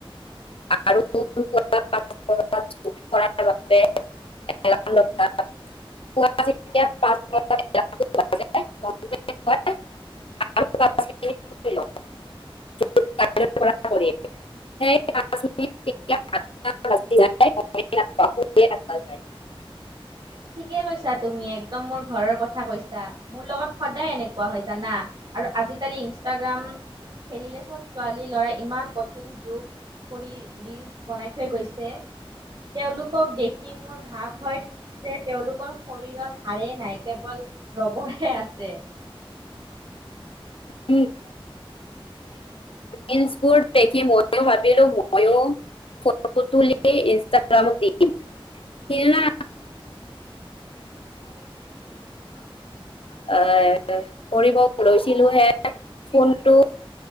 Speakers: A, on the left (about 70°); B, on the right (about 45°).
A: আৰু <unintelligible> <unintelligible> <unintelligible>
B: ঠিকে কৈছা তুমি একদম মোৰ ঘৰৰ কথা কৈছা, মোৰ লগত সদায় এনেকুৱা হয়, জানা? আৰু আজিকালি ইনষ্টাগ্ৰাম খেলিলে চব ছোৱালী ল'ৰাই ইমান কঠিন যোগ কৰি ৰীলচ বনাই থৈ গৈছে তেওঁলোকক দেখি মোৰ ভাৱ হয় যে, তেওঁলোকৰ শৰীৰত হাড়ে নাই কেৱল ৰবৰহে আছে।
A: <unintelligible> ৰীলচবোৰ দেখি ময়ো ভাবিলোঁ ময়ো ফটো তুলি ইনষ্টাগ্ৰামত দিম সিদিনা <unintelligible> আ, কৰিব লৈছিলোঁ হে ফোনটো